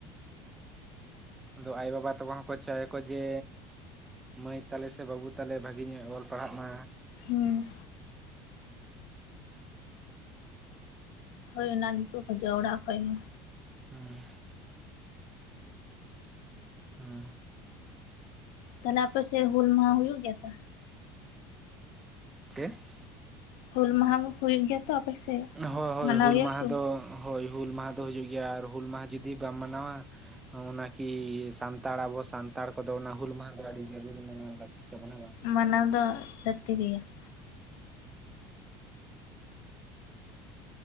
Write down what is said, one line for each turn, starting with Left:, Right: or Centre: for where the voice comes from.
Right: ᱟᱫᱚ ᱟᱭᱳ-ᱵᱟᱵᱟ ᱛᱟᱠᱚ ᱦᱚᱸᱠᱚ ᱪᱟᱭᱼᱟᱠᱚ ᱡᱮ ᱢᱟᱹᱭ ᱛᱟᱞᱮ ᱥᱮ ᱵᱟᱹᱵᱩ ᱛᱟᱞᱮ ᱵᱷᱟᱹᱜᱤ ᱧᱚᱜᱼᱮ ᱚᱞ ᱯᱟᱲᱦᱟᱜ ᱢᱟ᱾
Left: ᱦᱩᱸ᱾ ᱦᱳᱭ ᱚᱱᱟ ᱜᱮᱠᱚ ᱠᱷᱚᱡᱚᱜᱼᱟ, ᱚᱲᱟᱜ ᱠᱷᱚᱡ ᱦᱚᱸ᱾
Right: ᱦᱩᱸ᱾ ᱦᱩᱸ᱾
Left: ᱛᱟᱦᱚᱞᱮ ᱟᱯᱮ ᱥᱮᱫ ᱦᱩᱞᱢᱟᱦᱟ ᱦᱩᱭᱩᱜ ᱜᱮᱭᱟ ᱛᱚ?
Right: <inaudible> ᱪᱮᱫ?
Left: ᱦᱩᱞᱢᱟᱦᱟ ᱠᱚ ᱦᱩᱭᱩᱜ ᱜᱮᱭᱟ? ᱛᱚ ᱟᱯᱮ ᱥᱮᱫ
Right: ᱚ ᱦᱳᱭ ᱦᱳᱭ
Left: ᱢᱟᱱᱟᱣ
Right: ᱦᱩᱞ
Left: ᱜᱮᱭᱟ
Right: ᱢᱟᱦᱟ
Left: ᱠᱚ
Right: ᱫᱚ ᱦᱳᱭ ᱦᱩᱞᱢᱟᱦᱟ ᱫᱚ ᱦᱩᱭᱩᱜ ᱜᱮᱭᱟ ᱟᱨ ᱦᱩᱞᱢᱟᱦᱟ ᱡᱩᱫᱤ ᱵᱟᱢ ᱢᱟᱱᱟᱣᱟ ᱚᱱᱟ ᱠᱤ ᱥᱟᱱᱛᱟᱲ ᱟᱵᱚ ᱥᱟᱱᱛᱟᱲ ᱠᱚᱫᱚ ᱚᱱᱟ ᱦᱩᱞᱢᱟᱦᱟ ᱫᱚ ᱟᱹᱰᱤ ᱡᱟᱹᱨᱩᱲ ᱢᱮᱱᱟᱜᱼᱟ, ᱞᱟᱹᱠᱛᱤ ᱛᱟᱵᱚᱱᱟ ᱦᱮᱸ ᱵᱟᱝ᱾
Left: ᱢᱟᱱᱟᱣ ᱫᱚ ᱞᱟᱹᱠᱛᱤ ᱜᱮᱭᱟ ᱾